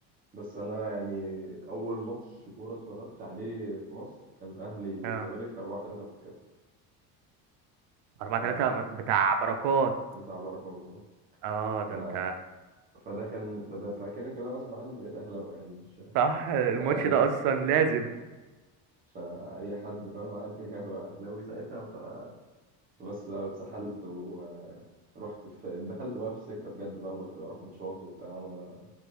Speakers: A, on the right (about 25°); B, on the right (about 65°).
A: بس انا يعني اول ماتش كوره اتفرجت عليه في مصر كان اهلي والزمالك
B: اه
A: 4 3 في الكاس
B: 4
A: ف
B: 3 بتاع بركات
A: بتاع بركات
B: اه ده
A: ف
B: انت
A: فده كان فده فكده كده غصب عني بقيت اهلاوي يعني مش
B: <laughs> صح الماتش
A: <laughs> أي-
B: ده اصلا لازم
A: فاي حد فاهم عمل كده كان هو اهلاوي ساعتها فبس بقى واتسحلت ورحت في دخلت بقى في السكه بجد بقى بقيت اروح ماتشات وبتاع وانا